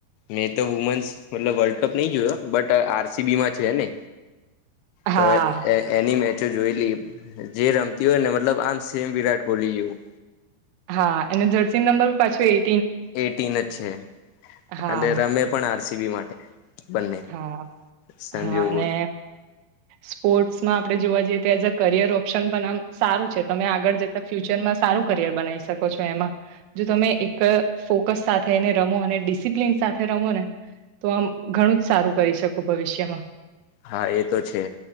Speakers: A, on the left; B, on the right.
A: મેં તો વુમેન્સ મતલબ વર્લ્ડ કપ નહી જોયો બટ આરસીબી માં છે, ને
B: હા
A: તો એની જોઈ લે જે રમતી હોય ને મતલબ આમ સેમ વિરાટ કોહલી જેવું
B: હા એ જર્સી નંબર પાછો એ
A: એટીન જ છે,
B: હા
A: અને રમે પણ આરસીબી માટે બંને
B: હા
A: સંજોગો
B: હા અને સ્પોર્ટ્સમાં આપણે જોવા જઈએ, તો એઝ અ કરિયર ઓપ્શન પણ આમ સારું છે, તમે આગળ જતા ફ્યુચરમાં સારું કરી બનાવી શકો છો, એમાં જો તમે એક ફોકસ સાથે એને રમો અને ડિસિપ્લીન સાથે રમો ને તો આમ ઘણું સારું કરી શકો ભવિષ્યમાં
A: હા, એ તો છે,